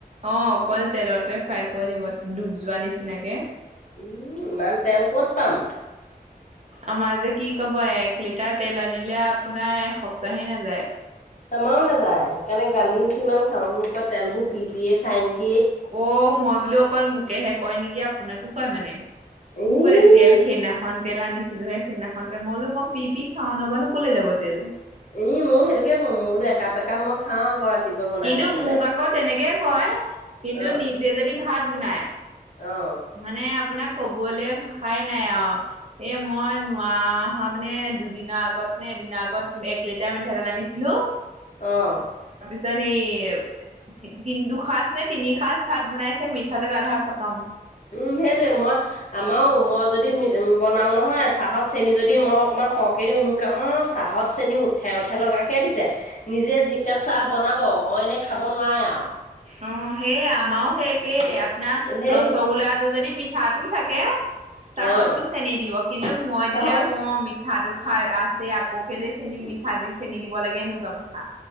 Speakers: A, on the right; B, on the left.
A: অ অকল তেলতে ফ্ৰাই কৰি লিব ডুব যোৱা নিচিনাকে
B: উম ইমান তেল ক'ত পাম
A: আমাৰ যে কি কব এক লিটাৰ তেল আনিলে আপোনাৰ এসপ্তাহে নাযায়
B: আমাও নাযায় সেইকাৰণে গালিও কিমান খাওঁ মোক কয় তেলবোৰ পি পিয়ে খাই নিকি
A: অ' মই বোলো অকল মোকে হে কয় নেকি আপোনাকো কয় মানে
B: মই।
A: মোক কলে
B: ই
A: তেল সেইদিনাখন তেল আনিছে। সেই সেইদিনাখন মই বোলো পি পি খাওঁ ন'ব নো ক'লে যাব তেল।
B: ই মই সেইটোকে কওঁ, মই বোলো একাপেকা মই খাওঁ আকৌ ৰাতিপুৱা বনাই
A: কিন্তু
B: থাকোতে
A: মোক আকৌ তেনেকে কয়, কিন্তু
B: অ
A: নিজে যদি ভাত বনাই
B: অ
A: মানে আপোনাক কব কলে ভাষাই নাই আৰু এ মই নোৱা হা মানে দুদিনৰ আগত নে এদিনা। আগত এক লিটাৰ মিঠা তেল আনিছিলো।
B: অহ।
A: তাৰপিছত সেই তিনি দুসাঁজ নে তিনি সাঁজ ভাত বনাইছে মিঠা তেল আধা খতম।
B: উম সেইটোৱে মই আমাৰো মই যদি বনাও নহয় চাহত চেনি যদি মই অকণমান। সৰহকে দি মোক অ চাহত চেনী উঠে উঠে লগ কে দিছে নিজে যি কাপ চাহ বনাব। অ, অ, এনে খাব নোৱাৰে আৰু।
A: অ' সেইয় আমাৰো সেই একেই,
B: অ
A: আপোনাৰ
B: সেই
A: ৰসগোল্লাটো যদি মিঠাটো থাকে চাহতো
B: অ
A: চেনি দিব কিন্তু মই
B: চাহত
A: দিলে আকৌ মিঠাটো খাই আছে আকৌ কেলে চেনি মিঠা দিওঁ চেনি দিব লাগে এনেকুৱা কথা।